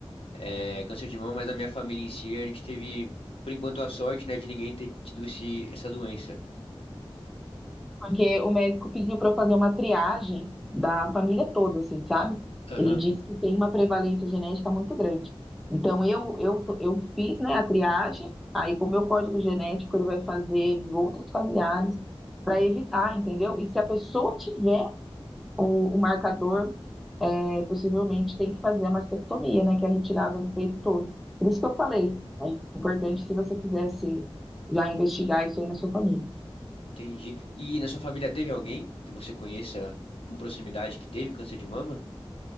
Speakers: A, on the left (about 70°); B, in the centre.
A: é, câncer de mama, mas na minha família em si, a gente teve, por enquanto, a sorte, né, de ninguém ter tido esse, essa doença.
B: Porque o médico pediu para eu fazer uma triagem da família toda, assim, sabe?
A: Aham,
B: Ele disse que tem uma prevalência genética muito grande. Então, eu, eu, eu fiz, né, a triagem, aí com o meu código genético ele vai fazer de outros familiares para evitar, entendeu? E se a pessoa tiver o, o marcador, é, possivelmente tem que fazer a mastectomia, né, que é a retirada do peito todo. Por isso que eu falei, é importante se você quisesse já investigar isso aí na sua família.
A: entendi. E na sua família teve alguém que você conheça com proximidade que teve câncer de mama?